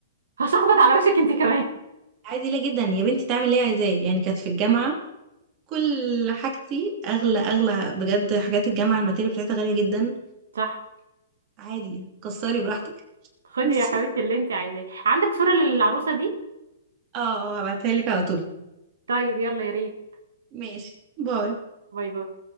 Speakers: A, on the right (about 90°); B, on the right (about 35°).
A: هشخبط على وشك أنت كمان
B: عادي لا جدا يا بنتي تعمل ايه عايزاه يعني كانت في الجامعه كل حاجتي اغلى اغلى بجد حاجات الجامعه الماتيريال بتاعتها غاليه جدا
A: صح
B: عادي كسري براحتك
A: خدي
B: ماشي.
A: يا حبيبتي اللي أنت عايزاه عندك صورة للعروسة دي؟
B: اه اه هبعتها لك على طول
A: طيب يلا يا ريت
B: ماشي باي
A: باي باي